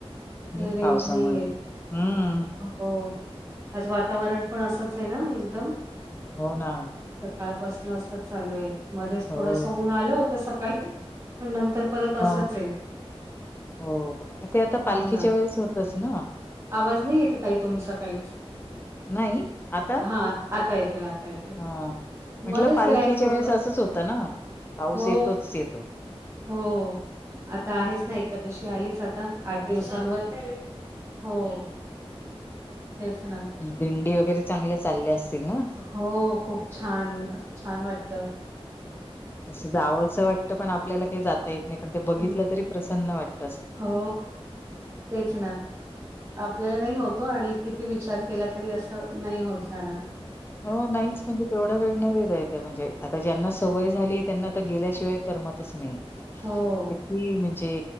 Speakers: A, on the right (about 25°); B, on the left (about 20°).
A: रेंज
B: हे पावसामुळे.
A: नाही आहेत
B: हम्म.
A: हो आज वातावरण पण असंच आहे ना एकदम
B: हो ना
A: सकाळपासन असं चालू आहे मध्येच
B: हो.
A: थोडस ऊन आलं होत सकाळी पण नंतर परत असच
B: हा.
A: आहे
B: हो ते आता पालखीच्या
A: हो ना
B: वेळेस होतच ना
A: आवाज नाही येत आहे ताई तुमचा काहीच.
B: नाही आता
A: हां, आता येतोय येतोय.
B: हा म्हटलं
A: मध्येच
B: पालखीच्या
A: ब्लँक होतं.
B: वेळेस असंच होतं ना पाऊस
A: हो,
B: येतोच येतो
A: हो आता आहेच ना एकादशी आलीच आता आठ दिवसांवर हो तेचच ना
B: दिंडी वगैरे चांगले चालले असतील ना
A: हो खूप छान असं छान वाटत
B: अस जावं असं वाटतं पण आपल्याला काही जाता येत नाही पण ते बघितलं
A: हं,
B: तरी प्रसन्न वाटत
A: हो तेच ना आपल्याला नाही होतो आणि किती विचार केला तरी असं नाही होत जाणं
B: हो नाहीच म्हणजे तेवढा वेळ नाही देत येत म्हणजे आता ज्यांना सवय झाली त्यांना तर गेल्याशिवाय करमतच नाही
A: हो,
B: किती म्हणजे